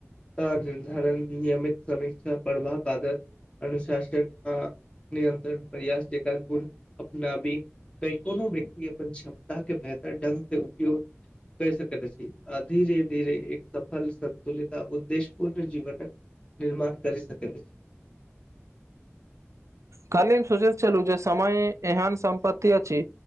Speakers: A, on the left; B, on the right.
A: ता निर्धारण नियमित समीक्षा प्रभाव आदर अनुशासन आ नियन्त्रण प्रयास जेकाँ गुण अपनाबी तै कोनो व्यक्ति अपन क्षमता के बेहतर ढंग से उपयोग कय सकै त अछि अ धीरे धीरे एक सफल सन्तुलित उद्देश पूर्ण जीवनक निर्माण करी सकैत अछि
B: काल्हि हम सोचैत छेलु जे समय एहन सम्पति अछि